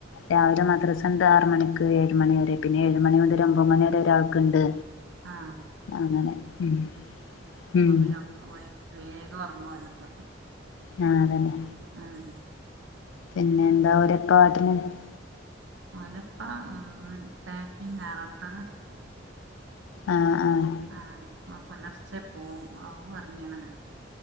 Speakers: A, on the left; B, on the right.
A: രാവിലെ മദ്രസ് രണ്ട് ആറ് മണിക്ക് ഏഴ് മണി വരെ പിന്നെ ഏഴ് മണി മുതൽ ഒൻമ്പത് മണിവരെ ഒരാൾക്കുണ്ട്
B: ആഹ്
A: അങ്ങനെ ഉം
B: അപ്പ
A: ഉം
B: പിന്ന വേഗം <unintelligible> <unintelligible>
A: ആ അതന്നെ
B: ആഹ്
A: പിന്നെ എന്താ <unintelligible>
B: <unintelligible>
A: ആഹ് ആഹ്
B: ആ ഓ പൊലർച്ചെ പോവും <unintelligible>